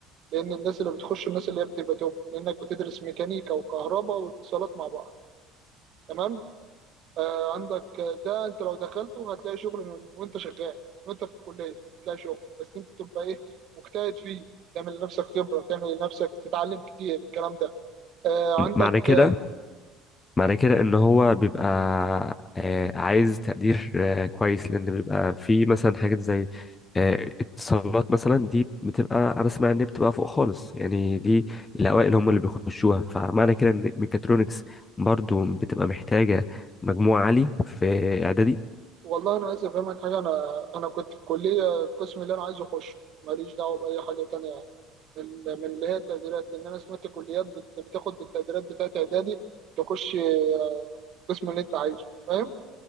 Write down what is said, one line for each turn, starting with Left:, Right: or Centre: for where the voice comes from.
Right: لان الناس اللي بتخش الناس اللي هي بتبقى توب لانك بتدرس ميكانيكا وكهرباء واتصالات مع بعض تمام آه، عندك ده انت لو دخلته هتلاقي شغل من وانت شغال من وانت في الكليه هتلاقي شغل بس انت تبقى ايه مجتهد فيه تعمل لنفسك خبره تعمل لنفسك تتعلم كتير الكلام ده آه، عندك
Left: معنى كده
Right: آه،
Left: معنى كده ان هو بيبقى آه، عايز تقدير آه، كويس لان بيبقى في مثلا حاجات زي آه، اتصالات مثلا دي بتبقى انا اسمع ان هي بتبقى فوق خالص يعني دي الاوائل هم اللي بيخشوها فمعنى كده ان ميكاترونكس برضو بتبقى محتاجة مجموع عالي في اعدادي
Right: والله انا عايز افهمك حاجه انا انا كنت في كليه القسم اللي انا عايز اخشه ماليش دعوه باي حاجه تانية يعني من من اللي هي التقديرات لان انا سمعت كليات بت- بتاخد بالتقديرات بتاعت اعدادي تخش آه، القسم اللي انت عايزه فاهم